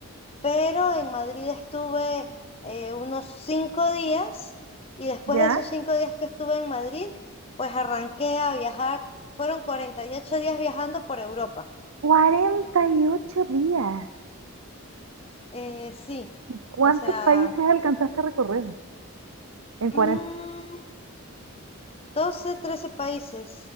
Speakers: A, on the left (about 25°); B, on the right (about 75°).
A: pero en Madrid estuve eh, unos cinco días y después
B: ¿Ya?
A: de esos cinco días que estuve en Madrid, pues arranqué a viajar. Fueron 48 días viajando por Europa.
B: Cuarenta y ocho días.
A: Eh, sí,
B: ¿Y cuántos
A: o sea,
B: países alcanzaste a recorrer? En 40?
A: mm, 12, 13 países.